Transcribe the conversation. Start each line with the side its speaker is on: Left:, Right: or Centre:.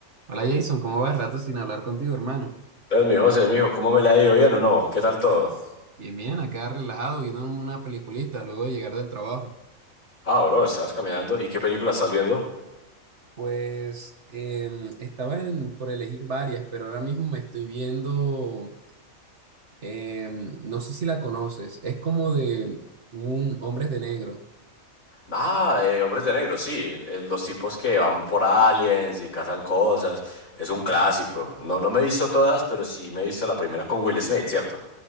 Right: Hola Jason, ¿cómo vas? Rato sin hablar contigo, hermano.
Left: Entonces, mi José, mijo, ¿cómo me la ha ido? ¿Bien o no? ¿Qué tal todo?
Right: Bien, bien, acá relajado, viendo una peliculita luego de llegar del trabajo.
Left: Ah, bro, estabas caminando. ¿Y qué película estás viendo?
Right: Pues em, estaba en- por elegir varias, pero ahora mismo me estoy viendo, em, no sé si la conoces, es como de un Hombres de Negro,
Left: Ah, eh, Hombres de Negro, sí. el- el- los tipos que van por aliens y cazan cosas. Es un clásico. No, no me he visto todas, pero sí me he visto la primera con Will Smith, ¿cierto?